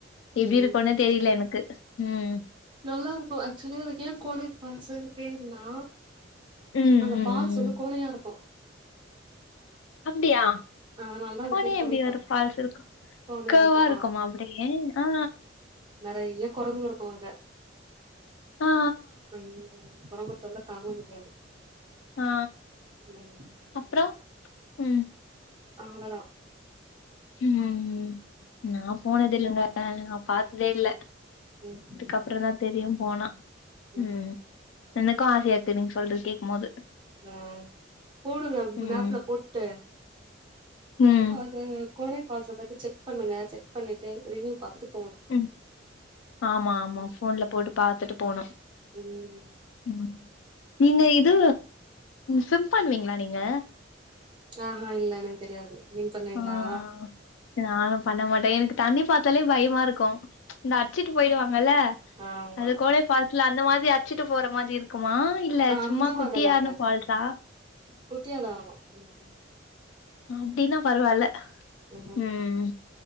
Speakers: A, on the left; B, on the right.
A: எப்டி
B: ம்
A: இருக்குனே தெரில எனக்கு ம்
B: நல்லா இருக்கு அக்சுவலி அதுக்கு ஏன் கோனை பால்ஸ்ன்னு பேர் னா
A: ம்
B: அந்த
A: ம்
B: பால்ஸ்
A: ம்
B: வந்து கொன்னையா இருக்கும்
A: அப்படியா
B: அதனால தா
A: கோனேயா
B: அது பேரு கோனை
A: எப்படி ஒரு ஃபால்ஸ் இருக்கும்
B: கோனையா
A: கர்வ்வா
B: இருக்கு
A: இருக்குமா அப்படியே ஆ
B: நெறய கொரங்கு இருக்கு அங்க
A: ஆ ஆ
B: உம் கொரங்கு தொல்ல தாங்க முடியாது
A: ஆ
B: ம்
A: அப்புற உம்
B: அவளோதா
A: ம்
B: ம்
A: நா போனது தில்லங்க பாத்ததே இல்ல
B: ம்
A: அதுக்கப்பற தா தெரியும் போனா
B: ம்
A: உம் என்னக்கு ஆசையா இருக்கு நீங்க சொல்றது கேக் போது
B: ஆ போடுங்க
A: ம்
B: மேப்ல போட்டு
A: ம்
B: அது கோடை பால்ஸ் பத்தி செக் பண்ணுங்க செக் பண்ணிட்டு ரிவ்யூ பாத்துட்
A: ம் ஆமா ஆமா போன்ல போட்டு பாத்துட்டு போனு
B: உம்
A: ம் நீங்க இது சிம் பண்ணுவீங்களா நீங்க
B: ஆ ஆ இல்ல எனக்கு தெரியாது நீங்க பண்விங்களா
A: ஆ நானு பண்ண மாட்டே எனக்கு நா நாளா பண்ண மாட்டே எனக்கு தண்ணி பாத்தாலே பயமா இருக்கும் இந்த அடிச்சிட்டு போயிடுவாங்கல்ல
B: ஆமா
A: அது கோடை ஃபால்ஸ்ல அந்த மாதிரி அச்சிட்டு போற மாதிரி இருக்குமா இல்ல சும்மா
B: அந்த மாதிரிலா
A: குட்டியானா
B: இருக்காது
A: ஃபால்ஸ் சா
B: குட்டியாதா இருக்கு உம்
A: அப்படின்னா பரவல
B: ம்
A: உம்